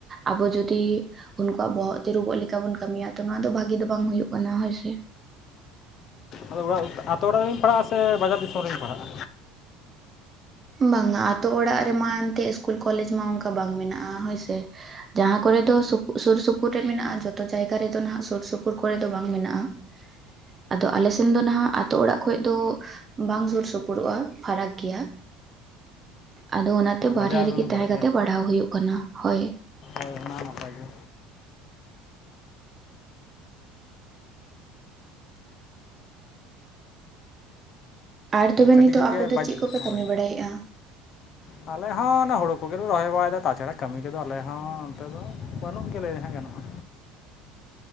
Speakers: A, on the right; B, on the left.
A: ᱟᱵᱚ ᱡᱩᱫᱤ ᱩᱱᱠᱩᱣᱟᱜ ᱵᱚᱦᱚᱜ ᱛᱤᱨᱩᱵᱚᱜ ᱞᱮᱠᱟ ᱵᱚᱱ ᱠᱟᱹᱢᱤᱭᱟ ᱛᱚ, ᱱᱚᱶᱟ ᱫᱚ ᱵᱷᱟᱹᱜᱤ ᱫᱚ ᱵᱟᱝ ᱦᱩᱭᱩᱜ ᱠᱟᱱᱟ ᱦᱳᱭᱥᱮ?
B: ᱟᱫᱚ ᱵᱟᱝ ᱟ ᱟᱛᱳ ᱨᱮᱵᱤᱧ ᱯᱟᱲᱦᱟᱜᱼᱟ ᱥᱮ, ᱵᱟᱡᱟᱨ ᱫᱤᱥᱚᱢ ᱨᱮᱵᱤᱧ ᱯᱟᱲᱦᱟᱜᱼᱟ?
A: ᱵᱟᱝᱼᱟ ᱟᱛᱳ ᱚᱲᱟᱜ ᱨᱮᱢᱟ ᱮᱱᱛᱮᱫ ᱤᱥᱠᱩᱞ ᱠᱚᱞᱮᱡᱽ ᱢᱟ ᱚᱱᱠᱟ ᱵᱟᱝ ᱢᱮᱱᱟᱜᱼᱟ, ᱦᱳᱭ ᱥᱮ ᱡᱟᱦᱟᱸ ᱠᱚᱨᱮ ᱫᱚ ᱥᱤ ᱥᱩᱨ ᱥᱩᱯᱩᱨ ᱨᱮ ᱢᱮᱱᱟᱜᱼᱟ, ᱡᱚᱛᱚ ᱡᱟᱭᱜᱟ ᱨᱮᱫᱚ ᱱᱟᱸᱜ ᱥᱩᱨ ᱥᱩᱯᱩᱨ ᱠᱚᱨᱮ ᱫᱚ ᱵᱟᱝ ᱢᱮᱱᱟᱜᱼᱟ ᱾ ᱟᱫᱚ ᱟᱞᱮ ᱥᱮᱱ ᱫᱚ ᱱᱟᱸᱜ ᱟᱛᱳ ᱚᱲᱟᱜ ᱠᱷᱚᱡ ᱫᱚ ᱵᱟᱝ ᱥᱳᱨ ᱥᱳᱯᱳᱨᱚᱜᱼᱟ, ᱯᱷᱟᱨᱟᱠ ᱜᱮᱭᱟ᱾ ᱟᱫᱚ ᱚᱱᱟᱛᱮ ᱵᱟᱨᱦᱮ
B: ᱵᱟᱡᱟᱨ
A: ᱨᱮᱜᱮ
B: ᱨᱮᱵᱤᱱ
A: ᱛᱟᱦᱮᱸ
B: ᱯᱟᱲᱦᱟᱜ
A: ᱠᱟᱛᱮ
B: ᱜᱮᱭᱟ
A: ᱯᱟᱲᱦᱟᱣ ᱦᱩᱭᱩᱜ ᱠᱟᱱᱟ, ᱦᱳᱭ᱾
B: ᱦᱳᱭ ᱚᱱᱟ ᱱᱟᱯᱟᱭ ᱜᱮ᱾
A: ᱟᱨ ᱛᱚᱵᱮ
B: ᱟᱫᱚ ᱠᱟᱹᱴᱤᱡ
A: ᱱᱤᱛᱚᱜ
B: ᱠᱷᱚᱡ
A: ᱟᱯᱮ
B: ᱜᱮ
A: ᱫᱚ
B: ᱵᱟᱡ
A: ᱪᱤᱫ ᱠᱚᱯᱮ ᱠᱟᱹᱢᱤ
B: ᱦᱳᱭ
A: ᱵᱟᱲᱟᱭᱮᱫᱼᱟ?
B: ᱟᱞᱮ ᱦᱚᱸ ᱚᱱ ᱦᱳᱲᱩ ᱠᱚᱜᱮᱞᱮ ᱨᱚᱦᱚᱭ ᱵᱟᱲᱟᱭᱮᱫᱟ, ᱛᱟᱪᱷᱟᱲᱟ ᱠᱟᱹᱢᱤ ᱠᱚᱫᱚ ᱟᱞᱮ ᱦᱚᱸ ᱚᱱᱛᱮ ᱫᱚ ᱵᱟᱹᱱᱩᱜ ᱜᱮᱞᱮ ᱦᱟᱸᱜ ᱜᱟᱱᱚᱜᱼᱟ᱾